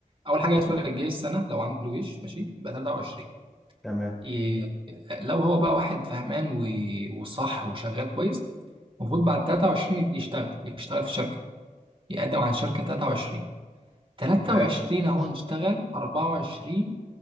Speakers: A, on the right; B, in the centre.
A: اول حاجه يدخل الجيش سنه لو عنده جيش ماشي يبقى 23
B: تمام
A: ي... لو هو بقى واحد فهمان و... وصح وشغال كويس المفروض بعد 23 يشتغل يشتغل في شركه يقدم على شركه 23 23
B: تمام مفيش
A: هو
B: مشكلة.
A: يشتغل 24